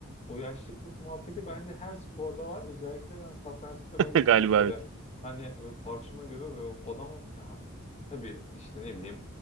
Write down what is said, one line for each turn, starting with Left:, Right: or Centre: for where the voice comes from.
Left: O yaşlı kurt muhabbeti bence her sporda var. Özellikle ben satrançta
Right: <laughs>
Left: ben hissediyorum.
Right: Galiba
Left: Böyle
Right: evet.
Left: hani böyle karşıma göre böyle adamım ya tabii işte ne bileyim